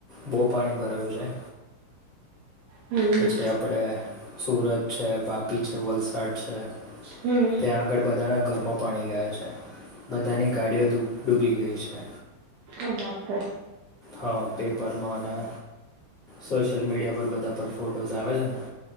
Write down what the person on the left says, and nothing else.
બહુ પાણી ભરાયું છે.
પછી આપણે સુરત છે, વાપી છે, વલસાડ છે.
ત્યાં આગળ બધાના ઘરમાં પાણી ગયા છે, બધાની ગાડીઓ ડૂબી ગઈ છે.
હા, પેપરમાં અને સોશિયલ મીડિયા પર બધા પર ફોટોઝ આવે છે ને.